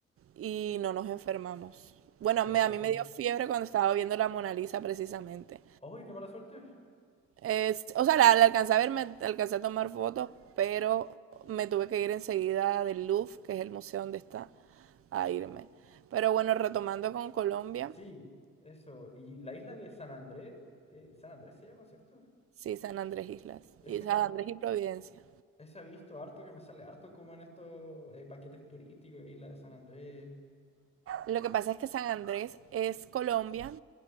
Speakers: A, on the right (about 50°); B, on the left (about 20°).
A: y no nos enfermamos. Bueno,
B: qué
A: me-
B: bueno.
A: a mí me dio fiebre cuando estaba viendo la Mona Lisa precisamente.
B: Ay, qué mala suerte.
A: Es, o sea, la, la alcancé a ver, me alcancé a tomar fotos, pero me tuve que ir enseguida del Louvre, que es el museo donde está, a irme. Pero bueno, retomando con Colombia,
B: Sí, eso. Y la isla de San Andrés, eh, San Andrés se llama, ¿cierto?
A: sí, San Andrés Islas,
B: Eso
A: y San
B: también.
A: Andrés y Providencia.
B: Esa he visto harto que me sale harto como en estos eh, paquetes turísticos, Isla de San Andrés.
A: Lo que pasa es que San Andrés es Colombia,